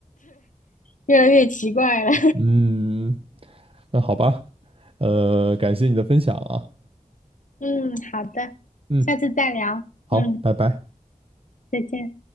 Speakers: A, on the left; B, on the right.
A: 越来越奇怪了。
B: <laughs> 嗯，那好吧，呃，感谢你的分享啊，
A: <laughs> 嗯，好的，
B: 嗯，
A: 下次再聊。
B: 好，
A: 嗯，
B: 拜拜。
A: 再见。